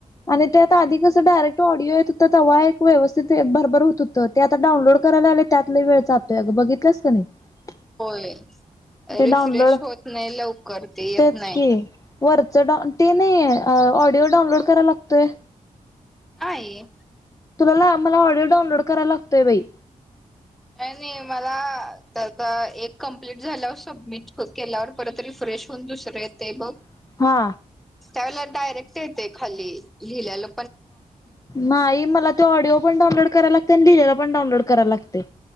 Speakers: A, on the left; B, in the centre.
A: <inaudible> <inaudible> आणि त्यात आधी कस डायरेक्ट ऑडिओ येत होत. तर वा एक व्यवस्थित एक भरभर होत होतं ते आता डाऊनलोड करायला आले त्यातला वेळ जातोय ग बघितलंस कणे <inaudible>
B: <inaudible> होय.
A: <inaudible>
B: रिफ्रेश
A: ते डाउनलोड
B: होत नाही लवकर ते येत
A: तेच
B: नाही.
A: कि वरच डा ते नाही <inaudible> अ ऑडिओ डाउनलोड करायला लागतोय. <inaudible>
B: <inaudible> हाय
A: <inaudible> तुला मला ऑडिओ डाउनलोड करायला लागतोय बाई
B: <inaudible> मला त्याचा एक कमप्लीट झाल्यावर सबमिट केल्यावर परत फे शून दुसरं येते बघ.
A: <inaudible> हा
B: त्यावेळेला डायरेक्ट येते खाली लिहिलेला.
A: नाहीई मला तो ऑडिओ पण डाऊनलोड करायला लागते आणि लिहिलेला पण डाऊनलोड कराय लागते.